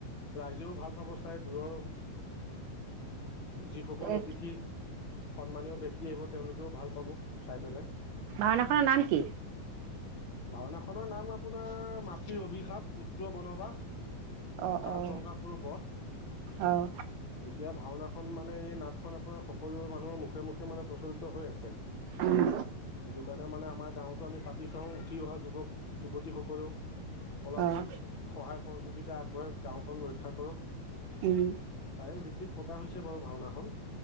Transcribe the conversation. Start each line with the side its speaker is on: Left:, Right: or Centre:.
Left: ৰাইজেও ভাল পাব চাই দূৰৰ যিসকল
Right: এই
Left: অতিথি, সন্মানীয় ব্যক্তি আহিব তেওঁলোকেও ভাল পাব চাই পেলাই
Right: ভাওঁনাখনৰ নাম কি?
Left: ভাওঁনাখনৰ নাম আপোনাৰ মাটিৰ অভিশাপ পুত্ৰ বনবাস।
Right: অঁ
Left: কাল
Right: অঁ
Left: জংঘাসুৰৰ বধ,
Right: অঁ
Left: এতিয়া ভাওঁনাখন মানে এই নাটখন আপোনাৰ সকলোৰে মানুহৰ মুখে- মুখে মানে প্ৰচলিত হৈ আছে,
Right: উম
Left: এইটো কাৰণে মানে আমাৰ গাঁওতো আমি পাতি চাওঁ। অহা যুৱক-যুৱতীসকলেও অলপ
Right: অঁ
Left: সহায় সহযোগ সহযোগিতা আগবঢ়াই গাঁওখন ৰক্ষা কৰক
Right: উম
Left: তাৰে ভিত্তিত পতা হৈছে বাৰু ভাওনাখন।